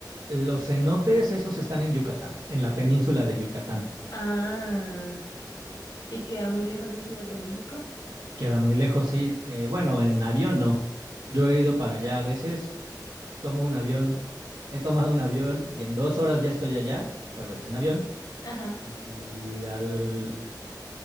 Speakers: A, on the right (about 75°); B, on the left (about 65°).
A: Los cenotes, esos están en Yucatán, en la península de Yucatán.
B: Ah, y queda muy lejos de Ciudad de México.
A: Queda muy lejos, sí. Eh, bueno, en avión no. Yo he ido para allá. A veces tomo un avión, he tomado un avión y en dos horas ya estoy allá, pero es un avión.
B: Ajá.
A: Y al